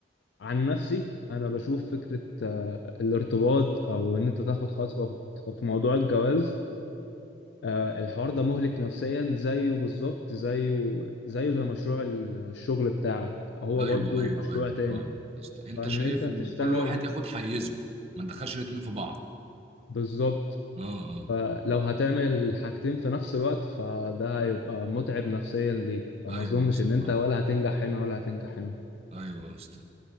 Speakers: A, on the left; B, on the right.
A: عن نفسي انا بشوف فكرة آه، الارتباط او ان انت تاخد خطوة في موضوع الجواز آه، الحوار ده مهلك نفسيا زيه بالظبط زيه زيه زي مشروع الشغل بتاعك هو
B: ايوه
A: برضو
B: ايوه
A: مشروع
B: ايوه
A: تاني
B: فاهم يا اسطى. انت
A: فان
B: شايف
A: انت تشتغل
B: ان كل واحد ياخد حيزه ما ندخلش الاتنين في بعض
A: بالظبط
B: اه
A: فلو هتعمل حاجتين في نفس الوقت فده هيبقى متعب نفسيا ليك فما
B: اه ايوه
A: اظنش
B: يا اسطى
A: ان انت
B: فاهم
A: ولا هتنجح هنا ولا هتنجح هنا
B: ايوه يا اسطى